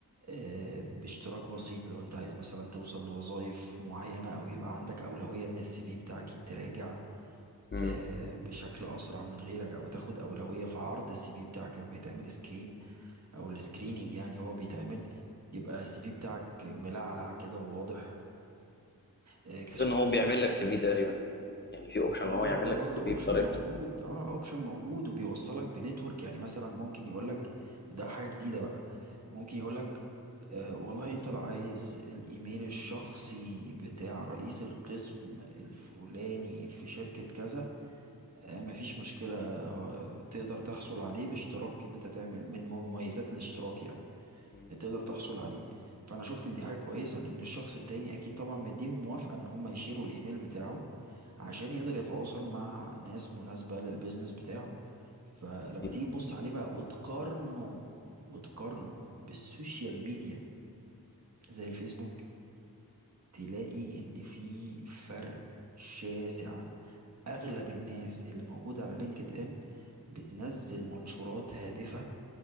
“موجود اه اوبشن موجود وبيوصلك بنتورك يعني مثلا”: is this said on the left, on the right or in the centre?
Right